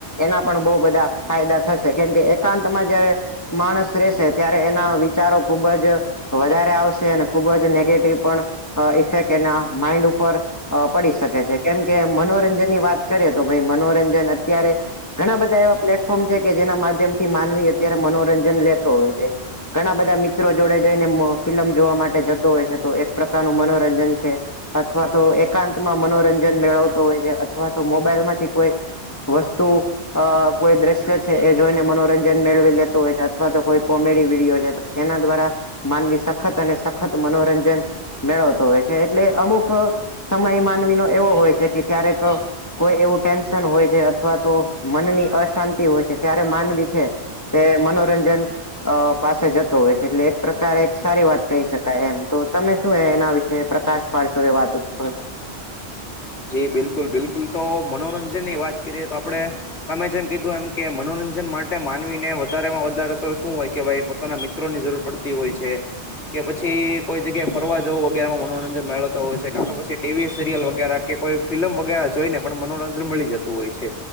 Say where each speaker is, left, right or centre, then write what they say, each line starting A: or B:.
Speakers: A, on the left; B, on the left.
A: એના પણ બહુ બધા ફાયદા થશે કેમ કે એકાંતમાં જયારે માણસ રહેશે ત્યારે એના વી ચારો ખુબ જ વધારે આવશે અને ખુબ જ નેગેટિવ પણ અ ઇફેક એના માઈન્ડ ઉપર અ પડી શકે છે કેમ કે મનોરંજનની વાત કરે તો ભાઈ મનોરંજન અત્યારે ઘણા બધા એવા પ્લેટફોર્મ છે કે જેના માધ્યમથી <inaudible> માનવી. અત્યારે મનોરંજન લેતો હોય છે. ઘણા બધા મિત્રો જોડે જઈને <unintelligible> ફિલમ જોવા માટે જતો હોય છે તો એક પ્રકારનું મનોરંજન છે. અથવા તો એકાંતમાં મનોરંજન જેમ મેળવતો હોય છે અથવા તો મોબાઈલમાંથી કોઈક વસ્તુ અ કોઈ દ્રશ્ય છે એ જોઈને મનોરંજન મેળવી લેતું હોય છે અથવા તો કોમેડી વિડીયો છે. એના દ્વારા માનવી સખત અને સખત મનોરંજન. મેળવતો હોય છે એટલે અમુક અ સમય માનવીનો એવો હોય છે કે ક્યારેક કોઈક એવું ટેન્શન હોય છે અથવા તો મનની અશાંતિ હોય છે ત્યારે માનવી છે. કે મનોરંજન. અ પાસે જતો હોય છે એટલે એક પ્રકાર એક સારી વાત કહી શકાય એમ તો તમે શું એ એના વિશે <inaudible> પ્રકાશ. મારી <inaudible> સાથે વાત <inaudible> ઉપર.
B: જી બિલકુલ બિલકુલ તો મનોરંજનની વાત કરીએ તો આપડે તમે જેમ કીધું એમ કે મનોરંજન માટે માનવીને વધારેમાં વધારે તો શું હોય કે ભાઈ ઘણા મિત્રોની જરૂર પડતી હોય છે. કે પછી કોઈ જગ્યાએ ફરવા જવું વગેરેમાં મનોરંજન મેળવતો હોય છે કા તો પછી ટીવી સિરિયલ વગેરે કે કોઈ ફિલ્મ વગેરે જોઈને પણ મનોરંજન મળી જતું હોય છે.